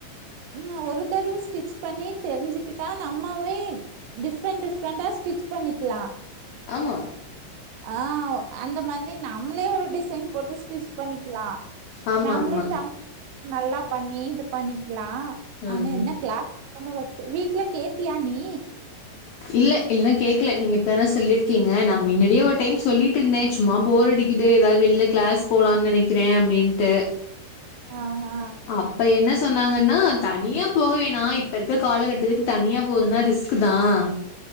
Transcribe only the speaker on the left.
ஆமா
ஆமா
ஆமா.
ம்.
இல்ல இன்னும் கேக்கல நீங்க இப்பதானே சொல்லிருக்கீங்க நான் முன்னாடியே ஒரு டைம் சொல்லிட்டு இருந்தேன் சும்மா போர் அடிக்குது ஏதாவது வெளியில கிளாஸ் போலாம்னு நெனைக்கிறேன் அப்டின்ட்டு
அப்ப என்ன சொன்னாங்கன்னா தனியா போக வேணாம் இப்ப இருக்க காலகட்டத்துக்கு தனியா போகுதுனா ரிஸ்க் தான்